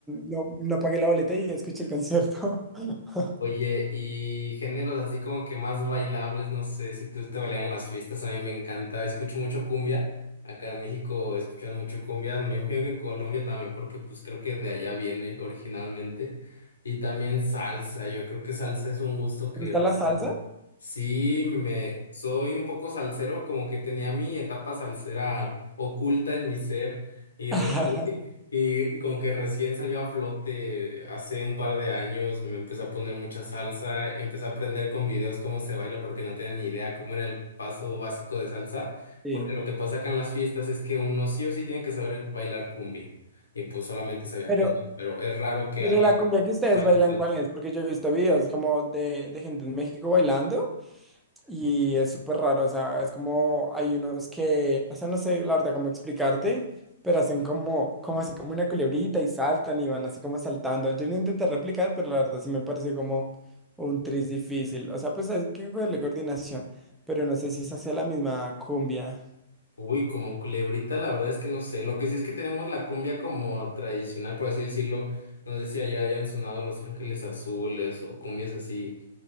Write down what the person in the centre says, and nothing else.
no, no pagué la boleta y escuché el concierto. <laughs>
¿Te gusta
la salsa?
<laughs> Ajá,
Sí.
Pero,
pero
la cumbia que ustedes
bailan,
¿cuál es? Porque yo he visto videos como de, de gente en México bailando Y es súper raro, o sea, es como hay unos que, o sea, no sé la verdad cómo explicarte, pero hacen como, como así como una culebrita y saltan y van así como saltando. Yo lo intenté replicar, pero la verdad sí me pareció como un tris difícil. O sea, pues hay que cogerle coordinación, pero no sé si es hacia la misma cumbia.